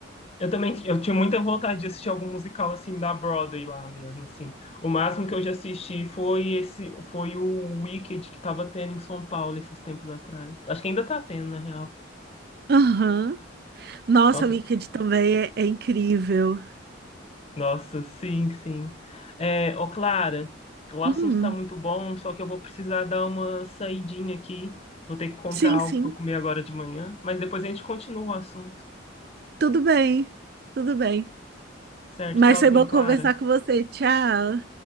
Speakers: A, on the left (about 30°); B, on the right (about 50°).
A: eu também eu tinha muita vontade de assistir algum musical, assim, da Broadway lá mesmo, assim. O máximo que eu já assisti foi esse, foi o Wicked que tava tendo em São Paulo esses tempos atrás. Acho que ainda tá tendo, na real.
B: Aham. Nossa,
A: Nossa,
B: o Wicked também é, é incrível.
A: nossa, sim, sim. É, ô Clara, o assunto
B: Hum,
A: tá muito bom, só que eu vou precisar dar uma saidinha aqui. Vou ter que comprar
B: sim,
A: algo
B: sim.
A: para eu comer agora de manhã, mas depois a gente continua o assunto.
B: Tudo bem. Tudo bem.
A: Certo?
B: Mas
A: Tchauzinho,
B: foi bom
A: Clara.
B: conversar com você. Tchau.